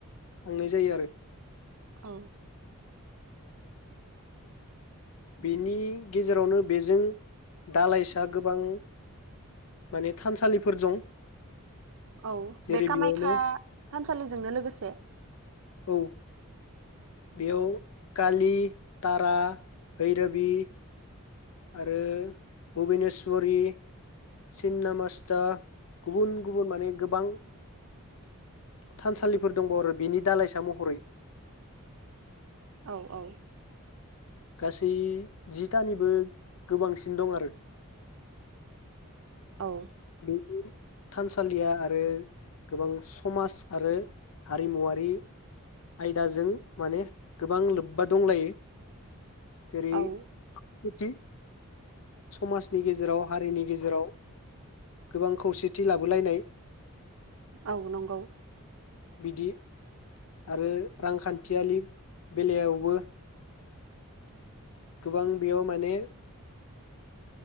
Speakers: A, on the left; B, on the right.
A: थांनाय जायो आरो।
B: औ
A: बेनि गेजेरावनो बेजों दालाइसा गोबां माने थानसालिफोर दं।
B: औ
A: जेरै
B: बे कामाख्या
A: बेयावनो
B: थानसालिजोंनो लोगोसे
A: औ बेयाव कालि, तारा, भैराबी आरो भुबेनेस्वरि, सिन्नामस्थ गुबुन गुबुन माने गोबां थानसालिफोर दंबावो बेनि दालाइसा महरै।
B: औ औ
A: गासै जितानिबो गोबांसिन दं आरो।
B: औ
A: <unintelligible> थानसालिया आरो गोबां समाज आरो हारिमुवारि आयदाजों माने गोबां लोब्बा दंलायो। <unintelligible>
B: औ
A: <unintelligible> समाजनि गेजेराव हारिनि गेजेराव गोबां खौसेथि लाबोलायनाय
B: औ नंगौ।
A: बिदि आरो रांखान्थियालि बेलायावबो गोबां बेयाव माने